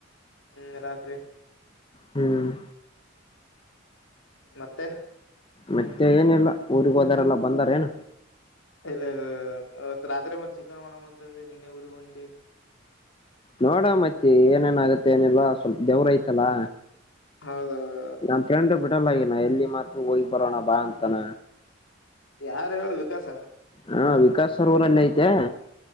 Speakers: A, on the left; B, on the left.
A: ಹ್ಮ್ ರಾತ್ರಿ
B: ಹ್ಮ್
A: ಮತ್ತೆ
B: ಮತ್ತೆ ಏನಿಲ್ಲ ಊಗ್ ಹೋದರೆಲ್ಲ ಬಂದಾರ ಏನ
A: ಇತ್ ರಾತ್ರಿ ಮತ್ ಚಿಕ್ಕನ್ ಹಡಮ ಅಂತಂದ್ರೆ ನೀನೇ ಉರಿ ಒನ್ ಿ
B: ನೋಡ ಮತ್ತೆ ಏನೇನಾಗತ್ತೆ ಏನಿಲ್ವಾ ಸ್ವಲ್ಪ ದೇವ್ರ ಐತಲ್ಲಾ
A: ಹೌದೌದು
B: ನಮ ಫ್ರೆಂಡ್ು ಬಿಡಲ್ಲಗನ ಎಲ್ಲಿ ಮಾತ್ ಹೋಗ್ ಬರೋಣ ಬಾ ಅಂತಾನ
A: ಯಾರ ಹೇಳ ವಿಕಾಸ
B: ಹಾ ವಿಕಾಸ್ ಸರವರಲ್ಲ ಐತೆ